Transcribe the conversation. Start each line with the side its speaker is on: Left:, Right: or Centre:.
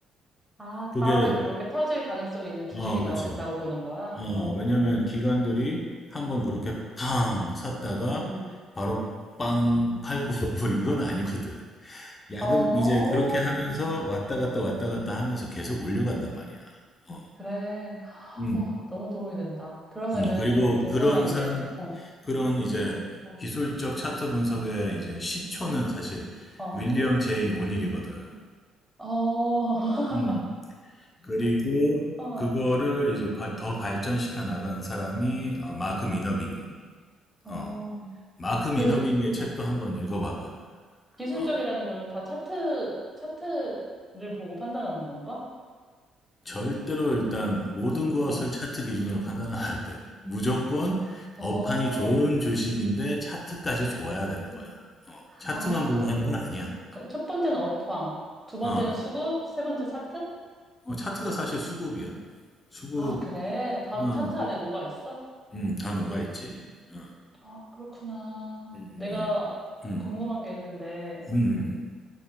Centre: 아,
Left: 그게,
Centre: 다음에도 그렇게 터질 가능성이 있는 주식이다라고
Left: 어, 그치.
Centre: 보는 거야?
Left: 어,
Centre: 어,
Left: 왜냐면 기관들이 한번 그렇게 팡 샀다가
Centre: 응.
Left: 바로 빵 팔고 <laughs> 뭐 이건 아니거든. 야금,
Centre: 어,
Left: 이제 그렇게 하면서
Centre: 음,
Left: 왔다 갔다 왔다 갔다 하면서 계속 올려간단 말이야. 어,
Centre: 그래.
Left: 음,
Centre: 어, 너무 도움이 된다. 그러면은
Left: 음. 그리고
Centre: 또 궁금한
Left: 그런 사람,
Centre: 게, 어,
Left: 그런 이제
Centre: 어,
Left: 기술적 차트 분석의 이제 시초는 사실
Centre: 어,
Left: 윌리엄 제이 오닐이거든.
Centre: 어, <laughs>
Left: 음, 그리고
Centre: 어,
Left: 그거를 이제 바- 더 발전시켜 나간 사람이 어, 마크
Centre: 응,
Left: 미너비니.
Centre: 어.
Left: 어, 마크 미너비니의
Centre: 그
Left: 책도 한번 읽어봐봐.
Centre: 기술적이라는
Left: 어,
Centre: 거는 다 차트, 차트를 보고 판단하는 건가?
Left: 절대로 일단 모든 것을
Centre: 어,
Left: 차트 기준으로 판단은 안 돼. 무조건
Centre: 어,
Left: 업황이 좋은 주식인데 차트까지 좋아야 되는 거야. 어, 차트만
Centre: 아.
Left: 보고 하는 건 아니야.
Centre: 그럼 첫 번째는 업황, 두 번째는
Left: 어,
Centre: 수급, 세 번째 차트?
Left: 어, 차트가 사실 수급이야. 수급,
Centre: 아, 그래. 다
Left: 음,
Centre: 차트 안에 녹아 있어?
Left: 음, 다 녹아있지. 어,
Centre: 아, 그렇구나.
Left: 음,
Centre: 내가
Left: 음, 음,
Centre: 궁금한 게 있는데,
Left: 음, 음. 음.